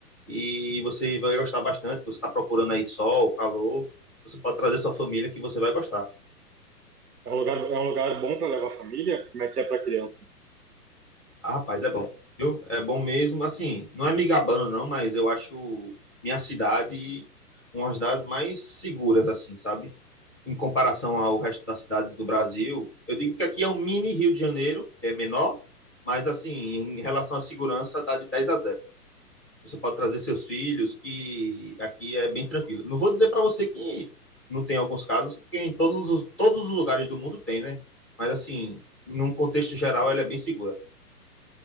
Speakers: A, in the centre; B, on the right (about 70°).
A: e você vai gostar bastante, você está procurando aí sol, calor, você pode trazer sua família que você vai gostar.
B: É um lugar, é um lugar bom para levar a família? Como é que é para criança?
A: Ah, rapaz, é bom, viu? É bom mesmo, assim, não é me gabando não, mas eu acho minha cidade uma das mais seguras, assim, sabe? em comparação ao resto das cidades do Brasil. Eu digo que aqui é um mini Rio de Janeiro, que é menor, mas assim, em relação à segurança, dá de 10 a zero. Você pode trazer seus filhos, que aqui é bem tranquilo. Não vou dizer para você que não tem alguns casos, porque em todos os, todos os lugares do mundo tem, né? Mas assim, num contexto geral, ela é bem segura.